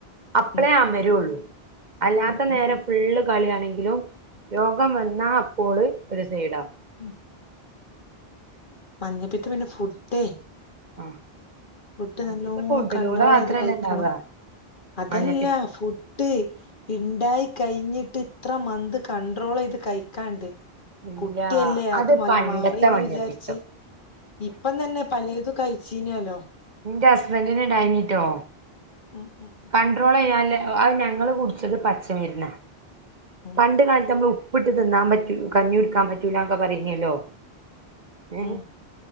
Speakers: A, on the right (about 45°); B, on the left (about 50°).
A: അപളേ
B: ഉം
A: അമരള്ളൂ അല്ലാത്ത
B: ഉം
A: നേരം
B: ഉം ഉം
A: ഫുള്ള് കളിയാണെങ്കിലും രോഗം വന്നാൽ അപ്പോള് ഒരു സൈഡാവും
B: ഉം മഞ്ഞപ്പിത്തം പിന്നെ ഫുഡേ
A: ആഹ്
B: ഫുഡ്
A: മഞ്ഞപ്പിത്തം
B: നല്ലോ
A: ഫുഡിലൂടെ
B: കണ്ട്രോൾ
A: മാത്രല്ല
B: ചെയ്ത് കഴിക്കണം
A: ഇണ്ടാവ
B: അതല്ല
A: മഞ്ഞപ്പിത്ത
B: ഫുഡ് ഇണ്ടായി കഴിഞ്ഞിട്ട് ഇത്ര മന്ത് കണ്ട്രോൾ ചെയ്ത് കഴിക്കാണ്ട്
A: ഇല്ല
B: കുട്ടിയല്ലേ അത്
A: പണ്ടത്തെ
B: മാറിന്ന്
A: മഞ്ഞപ്പിത്തം
B: വിചാരിച്ച് ഇപ്പ തന്നെ പലേതു കഴിച്ചീനല്ലോ
A: നിന്റെ ഹസ്ബൻഡിന് ഡാഞ്ഞിട്ടോ
B: ഉം ഉം
A: കണ്ട്രോൾ ചെയ്യാല് അ ഞങ്ങള് കുടിച്ചത് പച്ചമരുന്നാ
B: ഉം
A: പണ്ട് കാലത്ത് നമ്മൾ ഉപ്പിട്ട് തിന്നാൻ പറ്റൂ കഞ്ഞികുടിക്കാൻ പറ്റൂലൊക്കെ പറയുന്നല്ലോ ഏ
B: ഉം